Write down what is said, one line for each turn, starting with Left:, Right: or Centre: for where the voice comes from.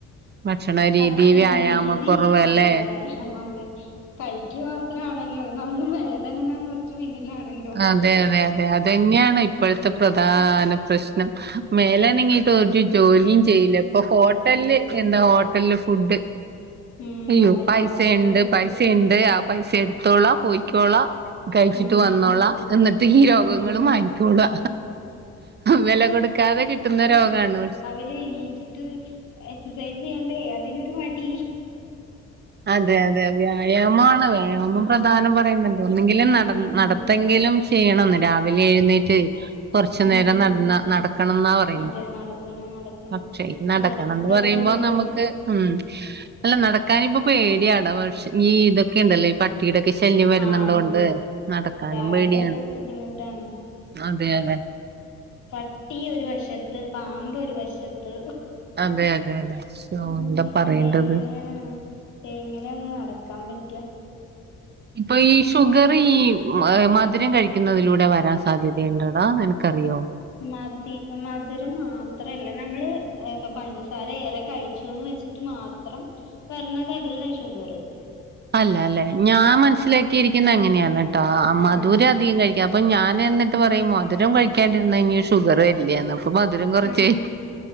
Right: ഭക്ഷണ രീതി
Left: ഭക്ഷണ
Right: വ്യായാമക്കുറവ്
Left: രീതി ആ
Right: അല്ലേ
Left: വ്യായാമം അതെ കര്ക്ക് മാത്രാണ് ല്ലോ നമ്മള് മേലനെങ്ങാൻ കൊർച്ച് പിന്നിലാണല്ലോ
Right: അതെ അതെ അതെ അതെന്നെയാണ് ഇപ്പഴത്തെ പ്രധാന പ്രശ്നം മേലനങ്ങീട്ട് ഒരു ജോലിയും ചെയ്യില്ല ഇപ്പൊ ഹോട്ടല്
Left: അതെ അതില്ല
Right: എന്താ ഹോട് ട്ടൽ ഫുഡ്
Left: ഉം
Right: അയ്യോ
Left: അതന്നെ
Right: പൈസ
Left: ഹോട്ടലില്
Right: ഇണ്ട്
Left: ഫുഡും
Right: പൈസ ഇണ്ട് അപ് പൈസ എടുത്തോളാ പോയ്ക്കോളാ കഴിച്ചിട്ട്
Left: ഉം
Right: വന്ന് വന്നോളാ എന്നിട്ട് ഈ രോഗങ്ങളും
Left: ഉം
Right: വാങ്ങിക്കോളാ വെല കൊടുക്കാതെ കിട്ടുന്ന രോഗാണൊ
Left: അല്ലേ നീച്ചിട്ട് എക്സസൈസ് ചെയ്യണ്ടേ അതിനൊരു മടി
Right: അതെ അതെ വ്യായാമാണ് വ്യായാമം
Left: ആഹ്
Right: പ്രധാനം
Left: അതെ
Right: പറയ്ണ്ടല്ലോ ഒന്നെങ്കിൽ നടന്
Left: ഉം
Right: നടത് നടത്തെങ്കിലും ചെയ്യണംന്ന് രാവിലെ എഴുന്നേറ്റ് കൊറച്ച് നേരം
Left: ഉം
Right: നടന്ന നടക്കണംന്നാ പറയുന്നെ
Left: അതെ നടക്കണം നടക്കണം
Right: പക്ഷേ ഇത് നടക്കാ
Left: നടത്തൊന്നുംല്ല്യ
Right: നന്ദി പറയുമ്പോ നമുക്ക് ഉം അല്ല നടക്കാനിപ്പം പേടിയാടാ ഈ ഇതൊക്കെ ഇണ്ടല്ലോ പട് പട്ടീടൊക്കെ ശല്യം വരുന്ന്ള്ളോണ്ട്
Left: ആഹ് ഉണ്ട്
Right: നടക്കാനും
Left: രാവിലെ
Right: പേടിയാണ്
Left: അത് ബുദ്ധിമുട്ടാണ്
Right: അതെ അതെ
Left: പട്ടി ഒരു വശത്ത് പാമ്പ് ഒരു വശത്ത്
Right: അതെ അതെ അതെ ശോ
Left: ഉം
Right: എന്താ പറയേണ്ടത്
Left: എങ്ങനെ ആണ് എങ്ങനെയ ഒന്ന് നടക്കാൻ പറ്റാ
Right: ഇപ്പൊ ഈ ഷുഗർ ഈ മധുരം കഴിക്കുന്നതിലൂടെ വരാൻ സാധ്യതയേണ്ടടാ നിനക്കറിയോ
Left: മതി മധുരം മാത്രല്ല നമ്മള് ഇപ്പൊ പഞ്ചസാര ഏറെ കഴിച്ചുന്ന് വെച്ചിട്ട് മാ ത്രം വരണതല്ല ഈ ഷുഗറ്
Right: അല്ല അല്ലേ ഞാൻ മനസ്സിലാക്കിയിരിക്കുന്നേ അങ്ങനെയാണ ട്ടോ
Left: ആഹ്
Right: മധുരധികം
Left: ആഹ്
Right: കഴി ക്കാ അപ്പൊ ഞാൻ എന്നിട്ട് പറയും മധുരം കഴിക്കാണ്ടിരുന്നേയ്ഞ്ഞാ ഷുഗറ് വരില്ല്യാന്ന് ഇപ്പം മധുരം കുറച്ചേ
Left: ആഹ്